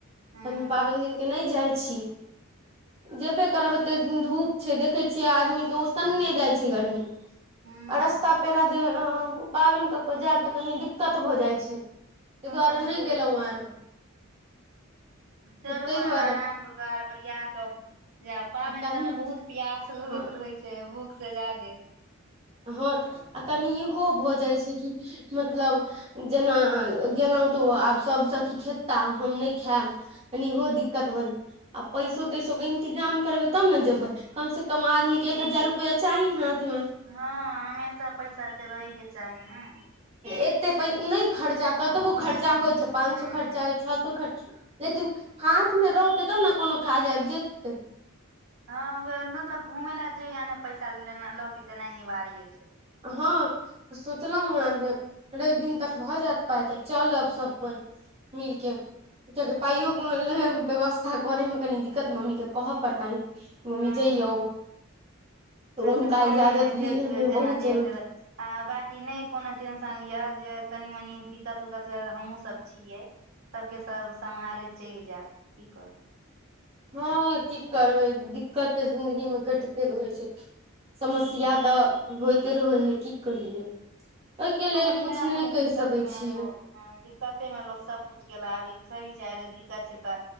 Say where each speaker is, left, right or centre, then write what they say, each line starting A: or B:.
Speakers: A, on the right; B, on the right.
A: हँ
B: तऽ हम पाबनि दिनके नै जाइ छी। जेबे करब एते धूप छै। देखै छियै। आदमीे के उसने जाइ छै। गर्मी
A: हँ
B: रास्ता पेरा ज पाबनि कऽ क जाएब तऽ कनि दिक्कत भऽ जाइ छै। तै
A: हँ
B: दुआरे
A: से
B: नै गेलौयें
A: तऽ छै चलू
B: ताहि
A: पन
B: दुआरे
A: आराम क क ओरिया कऽ जेएब पाबनि
B: कनी
A: सबमे बहुत प्यास लगैत
B: हँ
A: रहै छै। भूख से ज्यादे
B: हँ तऽ आ कनि इहो भऽ जाइ छै। कि मतलब जेना गेलौं तऽ ओ आब सब सकी खेताह हम नै खाएब। कनि ओहो दिक्कत भऽ जाय आ पैसो तैसोके इन्तजाम करबै तब ने जेबै कम से कम आदमी केऽ एक हजार रुपआ चाही हाथ मे
A: हँ हमेशा पैसा तेऽ रहैके चाही नाय
B: एते पै नै खर्चा कतबो खर्चा होइ छै पांन
A: हूँ
B: सो खर्चा होय छओ सो खर्चा लेकिन हाथ मे रहतै तब न कोनो काज आबि जेत।
A: हँ <unintelligible> मतलब घुमै लऽ जैहें पैसा लेने लऽ कऽ जेनाइ निवार्य छै
B: हँ तऽ सोचलौं वैं जे रैव दिन तक भऽ जाएत पाइ तऽ चलब सब कोइ मिलके किया किऽ पाइयो व्यवस्था करे मे कनी दिक्कत मम्मी केऽ कहऽ पड़तै मम्मी
A: हूँ
B: जइयौ तऽ
A: अच्छा
B: उन्हका
A: कोनो
B: इजाजत
A: नहि देख
B: लीऽ
A: लियौ
B: मे
A: जेना
B: बहुत
A: जे
B: जरूरी
A: हेतै तऽ आ बाँकी नै कोनो टेंशन लिअ जे कनी-मनी दिक्कत-उक्कत हमहूँ सब छियै सबके सब सम्हारैत चलि जाब की करब
B: हँ की करबै दिक्कत तऽ जिंन्दगीमे कटिते रहै छै। समस्या
A: हूँ
B: तऽ होइते रहै हइ की कहियै। ओइके लेल
A: बिहार
B: कुछ नै
A: मे
B: कहि
A: दिक्कत
B: सकै
A: मे
B: छियै।
A: लोग हँ दिक्कते मे लोक सब कुछ केल आब ई थोड़ी छै। जे दिक्कत छै तऽ